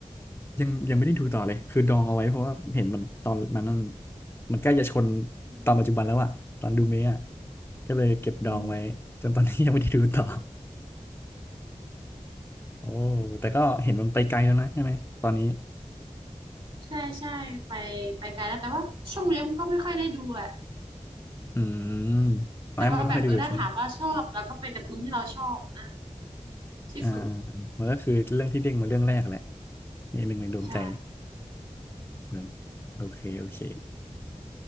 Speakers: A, on the left; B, on the right.
A: ยังยังไม่ได้ดูต่อเลย คือดองเอาไว้เพราะว่าเห็นมันตอนนั้นมันมันใกล้จะชน
B: อืม
A: ตอนปัจจุบันแล้วอะ ตอนดูเมะอะก็เลยเก็บดองไว้จนตอนนี้ยังไม่ได้ดูต่อ
B: อืม
A: โอ้แต่ก็เห็นมันไปไกลแล้วนะใช่ไหมตอนนี้
B: ใช่ใช่ไปไปไกลแล้วแต่ว่าช่วงนี้มันก็ไม่ค่อยได้ดูอ่ะ
A: อืมอ๋อแอมก็ไม่ค่อยได้ดูใช่ไหม
B: แล้วก็แบบเออถ้าถามว่าชอบเราก็เป็นการ์ตูนที่เราชอบนะที่สุด
A: อ่ามันก็คือเรื่องที่เด้งมาเรื่องแรกแหละในหนึ่งในดวงใจ
B: ใช่
A: เออโอเคโอเค